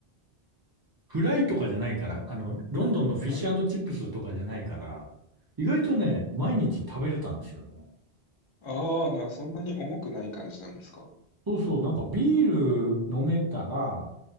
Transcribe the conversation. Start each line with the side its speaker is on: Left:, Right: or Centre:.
Right: フライとかじゃないから、あの、ロンドンのフィッシュチップスとかじゃないから、
Left: はい。
Right: 意外とね、
Left: はい。
Right: 毎日食べれたんですよね。
Left: ああ、な、そんなに重くない感じなんですか。
Right: そうそう、なんかビール飲めたら、